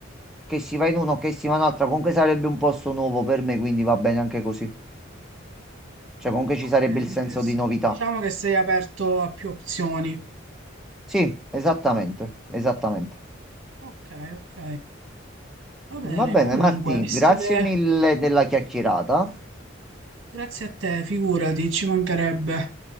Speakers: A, in the centre; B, on the right (about 70°).
A: che si va in uno, che si va in un'altra, comunque sarebbe un posto nuovo per me, quindi va bene anche così. Cioè, comunque ci
B: Ok,
A: sarebbe
B: interessante.
A: il senso di novità.
B: Diciamo che sei aperto a più opzioni.
A: Sì, esattamente, esattamente.
B: Ok, ok. Va bene,
A: Va bene,
B: comunque,
A: Marti,
B: visto
A: grazie
B: che
A: mille della chiacchierata.
B: grazie a te, figurati, ci mancherebbe.